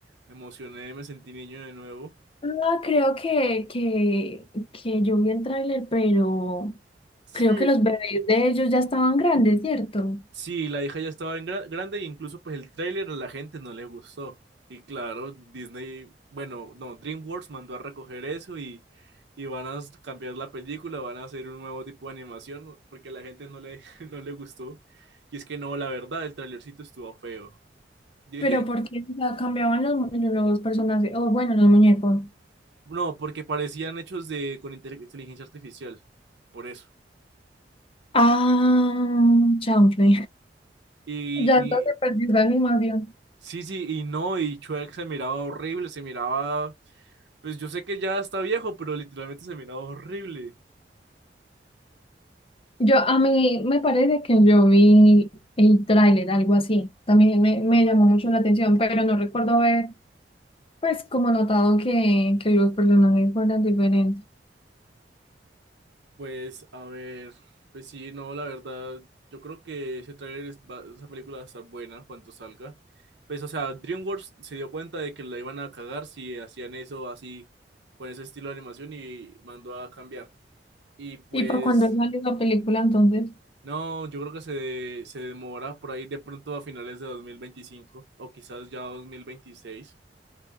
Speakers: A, on the right (about 75°); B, on the left (about 30°).
A: emocioné, me sentí niño de nuevo.
B: Ah, creo que, que, que yo vi el tráiler, pero
A: Sí.
B: creo que los bebés de ellos ya estaban grandes, ¿cierto?
A: Sí, la hija ya estaba en gra- grande e incluso pues el tráiler a la gente no le gustó. Y claro, Disney, bueno, no, DreamWorks mandó a recoger eso y, y van a s- cambiar la película, van a hacer un nuevo tipo de animación ¿no? porque a la gente no le, <laughs> no le gustó. Y es que no, la verdad, el trailercito estuvo feo. Yo
B: Pero
A: dije,
B: porque cambiaban los, los personajes, o bueno, los muñecos.
A: No, porque parecían hechos de con intel- inteligencia artificial, por eso.
B: Ah, chanfle.
A: Y,
B: Ya
A: y-
B: entonces perdí la animación.
A: sí, sí, y no, y Shrek se miraba horrible, se miraba, pues yo sé que ya está viejo, pero literalmente se miraba horrible.
B: Yo, a mí me parece que yo vi el tráiler, algo así. También me, me llamó mucho la atención, pero no recuerdo haber, pues, como notado que, que los personajes fueran diferentes.
A: Pues a ver, pues sí, no, la verdad, yo creo que ese tráiler, es- va- esa película va a estar buena cuando salga. Pues o sea, DreamWorks se dio cuenta de que la iban a cagar si hacían eso así, con ese estilo de animación y mandó a cambiar. Y pues
B: Y para cuando salió la película, entonces,
A: No, yo creo que se, se demora por ahí de pronto a finales de 2025 o quizás ya 2026,